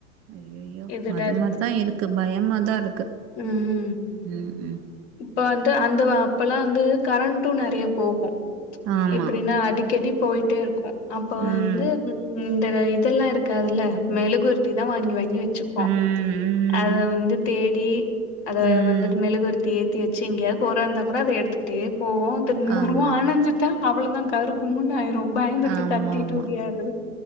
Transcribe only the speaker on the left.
இதுடா
இது
பண்ணு
ம்
இப்ப வந்து அந்த அப்பெல்லா வந்து கரண்ட்டு நெறயா போகு
எப்டினா அடிக்கடி போயிட்டே இருக்கு அப்ப
வந்து ம் இந்த இது இதெல்லா இருக்காதில்ல மெழுகுவர்த்திதா வாங்கி வாங்கி வெச்சுப்போ
அத வந்து தேடி அத
வந்துட்டு மெழுகுவர்த்தி ஏ த்தி வெச்சு எங்கயாது போறதா இருந்தா கூட அத எடுத்துகிட்டே போவோ திரும்பி
வருவோ அனஞ்சி ட்டா அவ்ளதா கருகும்முன்னு ஆயிரு பயந்துகிட்டு
கத்திட்டு ஒடியாரது